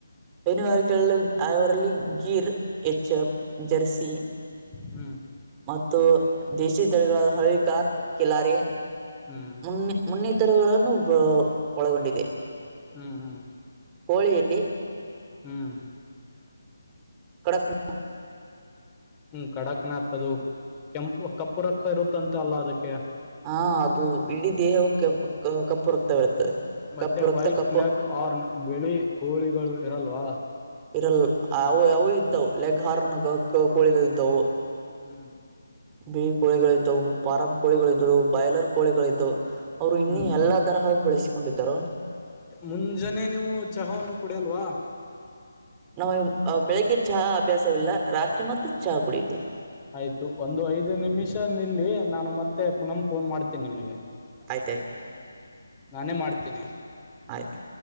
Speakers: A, on the right; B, on the left.
A: ಹೈನುಗಾರಿಕೆ ಆಯವರಲ್ಲಿ ಗೀರ್ ಎಚ್ಚಪ್ ಜರ್ಸಿ
B: ಹ್ಮ್
A: ಮತ್ತು ಮತ್ತು ದೇಶೀ ತಳಿಗಳಾದ ಹಳಿ ಕಾರ್ ಕೆಲಾರೆ
B: ಹ್ಮ್
A: ಮು ಮುನ್ನೆ ಇತ್ತರಗಳನ್ನು ಬ ಒಳಗೊಂಡಿದೆ
B: ಹ್ಮ್ ಹ್ಮ್
A: ಹೋಳಿಯಲ್ಲಿ
B: ಹ್ಮ್
A: ಕಡಕ್ನಾ
B: ಹ್ಮ್ ಕಡಕ್ನ ಆತದು ಕೆಂಪು ಕಪ್ಪು ರಕ್ತ ಇರುತ್ತಂತೆ ಅಲ್ಲ ಅದಕ್ಕೆ
A: ಹಾ ಅದು ಇಡೀ ದೇಹವು ಕಪ್ಪು ರಕ್ತವಿರುತ್ತದೆ.
B: ಮತ್ತೆ
A: ಕಪ್ಪು ರಕ್ತ
B: ವೈಟ್
A: ಕಪ್ಪು
B: ಲೆಗ್ ಆರ್ನ್ ಬಿಳಿ ಕೋಳಿಗಳು ಇರಲ್ವಾ
A: ಇರಲ್ಲ ಅವು ಅವು ಇದ್ದವು ಲೆಗ್ ಹಾರ್ನ್ ಕೋಳಿ ಇದ್ದವು.
B: ಹ್ಮ್
A: ಬಿಿ ಕೋಳಿಗಳಿದ್ದವು ಫಾರಂ್ ಕೋಳಿಗಳಿದ್ದವು ಬಾಯ್ಲರ್ ಕೋಳಿಗಳಿದ್ದವು ಅವರು ಇನ್ನ
B: ಹ್ಮ್ ಹ್ಮ್
A: ಎಲ್ಲಾ ತರಹ ಬೆಳೆಸಿಕೊಂಡಿದ್ದರು.
B: ಮುಂಜಾನೆ ನೀವು ಚಹಾವನ್ನು ಕುಡಿಯಲ್ವಾ?
A: ನಾವ ಬೆಳಿಗ್ಗೆ ಚಹ ಅಭ್ಯಾಸವಿಲ್ಲ ರಾತ್ರಿ ಮತ್ರ ಚಹಾ ಕುಡತಿವಿ.
B: ಆಯ್ತು ಒಂದು ಐದು ನಿಮಿಷ ನಿಲ್ಲಿ ನಾನು ಮತ್ತೆ ಪುನಮ ಫೋನ್ ಮಾಡ್ತೇನಿ ನಿಮಗೆ
A: ಆಯ್ತಾಯ್ತು
B: ನಾನೇ ಮಾಡ್ತೀನಿ
A: ಆಯ್ತು